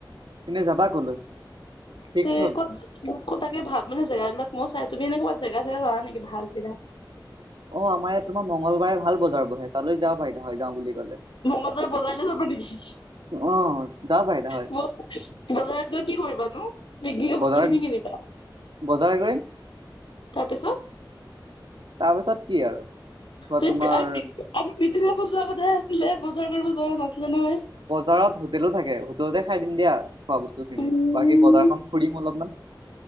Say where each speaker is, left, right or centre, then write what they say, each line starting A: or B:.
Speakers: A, on the right; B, on the left.
A: এনেই যাবা কলৈ? ফিক্স
B: তে
A: হ'ল
B: কত মোক ক তাকে ভ মানে জেগাবিলাক মই চাই তুমি এনেক ক'বাত জেগা চেগা জানা নেকি ভাল জেগা?
A: অ', আমাৰ ইয়াত তোমাৰ, মংগলবাৰে ভাল বজাৰ বহে, তালৈ যাব পাৰিলা হয়, যাওঁ বুলি। ক'লে
B: মঙলবাৰে বজালে যাব নেকি?
A: অ যাব পাৰিলা হয়
B: বজাৰত গৈ কি কৰিবা নো, <unintelligible>
A: বজাৰ
B: বস্তু খিনি কিনিবা
A: বজাৰ কৰিম
B: তাৰপিছত
A: তাৰপিছত কি আৰু ধৰা
B: আ
A: তোমাৰ
B: মিটিংগাব যোৱা কথা আছিলে বজাৰ কৰিব যোৱা নাছিলে নহয়
A: বজাৰত হোটেলো থাকে। হোটেলতে খাই দিম দিয়া খোৱা বস্তু খিনি।
B: উম
A: বাকী বজাৰখন খুৰিম অলপমান।